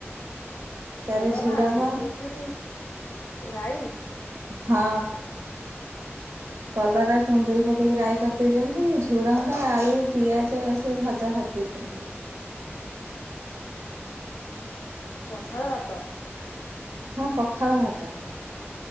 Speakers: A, on the right (about 80°); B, on the left (about 85°).
A: ତାର
B: କଲରା
A: ଝୁଡଙ୍ଗ
B: ଯୋଉ କୁନ୍ଦୁରି, ରାଇ
A: ହଁ।
B: <unintelligible>
A: କଲରା କୁନ୍ଦୁରି ପକେଇକି ରାଇ କରିଦେଇଛନ୍ତି, ଝୁଡ଼ଙ୍ଗ ଆଳୁ ପିଆଜ ଏ ସବୁ ଭଜା ଭା ଠିକ୍ କରିଦବା।
B: ପଖାଳ ଭାତ।
A: ହଁ ପଖାଳ ଭାତ।